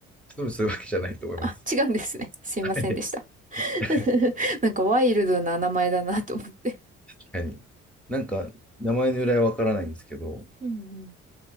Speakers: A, in the centre; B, on the right.
A: 多分そういうわけじゃないと思います。
B: あ、違うんですね。すいませんでした。
A: はい。<laughs>
B: <laughs> なんかワイルドな名前だなと思って。
A: 確かに。なんか、名前の由来はわからないんですけど、
B: うんうん。